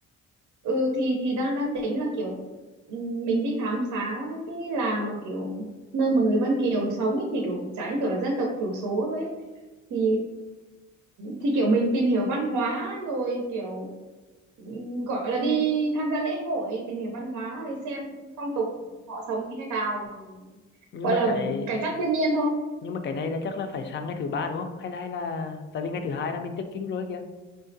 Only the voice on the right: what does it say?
ừ thì thì đang đang tính là kiểu ừm, mình đi khám phá cái làng mà kiểu nơi mà người Vân Kiều sống ấy thì kiểu chả như kiểu là dân tộc thiểu số thôi ấy. thì thì kiểu mình tìm hiểu văn hóa rồi kiểu ừm, gọi là đi tham gia lễ hội tìm hiểu văn hóa rồi xem phong tục họ sống như thế nào rồi
gọi
là
cảnh sát thiên nhiên thôi